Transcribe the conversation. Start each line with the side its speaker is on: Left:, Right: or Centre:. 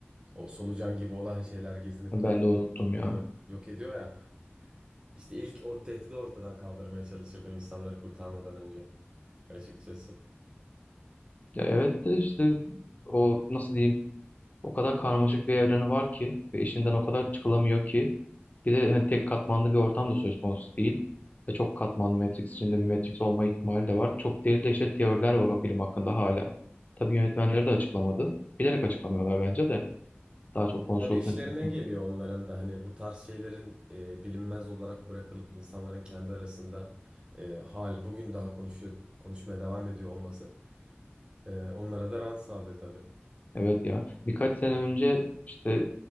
Right: O solucan gibi olan şeyler gezinip
Left: Ben
Right: de
Left: de unuttum
Right: onları
Left: ya.
Right: yok ediyor ya. İşte ilk o tehdidi ortadan kaldırmaya çalışırdım insanları kurtarmadan önce açıkçası.
Left: Ya evet de işte o nasıl diyeyim o kadar karmaşık bir evreni var ki ve işinden o kadar çıkılamıyor ki Bir de hani tek katmanlı bir ortam da söz konusu değil. Ve çok katmanlı Matrix içinde bir Matrix olma ihtimali de var. Çok deli deşet teoriler var o film hakkında hala. Tabii yönetmenleri de açıklamadı. Bilerek açıklamıyorlar bence de. Daha çok konuşulsun.
Right: Tabii işlerine
Left: diye.
Right: geliyor onların da hani bu tarz şeylerin e, bilinmez olarak bırakılıp insanların kendi arasında e, hali bugün daha konuşuyor konuşmaya devam ediyor olması e, onlara da rant sağlıyor tabii.
Left: Evet ya. Birkaç sene önce işte